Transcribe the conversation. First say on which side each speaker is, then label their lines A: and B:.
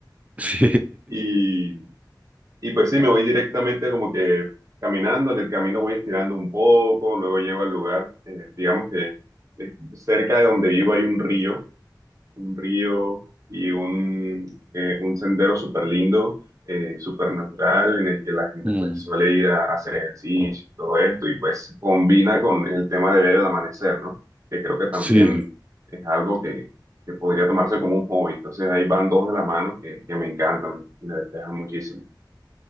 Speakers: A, on the right; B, on the right.
A: Sí.
B: Y, y pues sí, me voy directamente como que caminando, en el camino voy estirando un poco, luego llego al lugar, eh, digamos que eh, cerca de donde vivo hay un río un río y un, eh, un sendero súper lindo, eh, súper natural, en el que la gente
A: Mm,
B: pues suele ir a, a hacer ejercicio y todo esto, y pues se combina con el tema de ver el amanecer, ¿no? Que creo que también
A: sí,
B: es algo que, que podría tomarse como un hobby. Entonces ahí van dos de la mano que, que me encantan, y me despejan muchísimo.